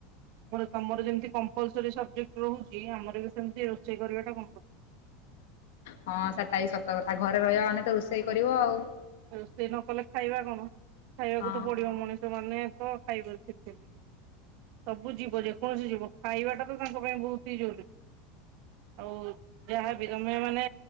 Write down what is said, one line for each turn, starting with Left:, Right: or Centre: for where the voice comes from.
Right: ଆମର ତମର ଯେମିତି କମ୍ପଲ୍ସରୀ ସବଜେକ୍ଟ ରହୁଛି ଆମର ବି ସେମତି ରୋଷେଇ କରିବାଟା କ
Left: ହଁ ସେଟା ହି ସତ କଥା ଘରେ ରହିବା ମାନେ ତ ରୋଷେଇ କରିବ ଆଉ।
Right: ରୋଷେଇ ନ କଲେ ଖାଇବା କଣ ଖାଇବାକୁ
Left: ହଁ
Right: ତ ପଡିବ ମଣିଷ ମାନେ ତ <unintelligible> ସବୁ ଜୀବ ଯେକୌଣସି ଜୀବ ଖାଇବାଟା ତ ତାଙ୍କ ପାଇଁ ବହୁତ ହି ଜରୁରୀ। ଆଉ ଯାହାବି ତମେ ମାନେ